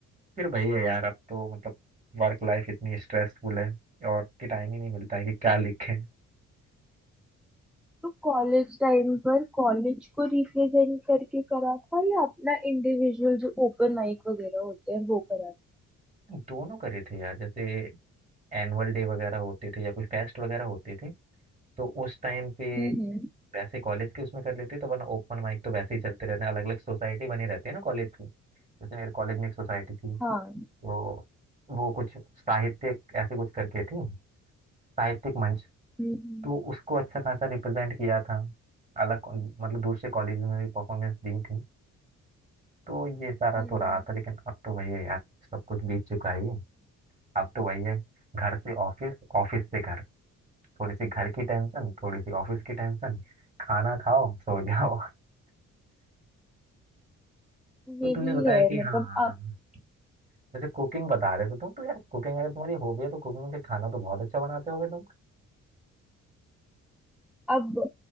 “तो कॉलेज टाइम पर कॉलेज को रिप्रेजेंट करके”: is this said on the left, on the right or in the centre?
Centre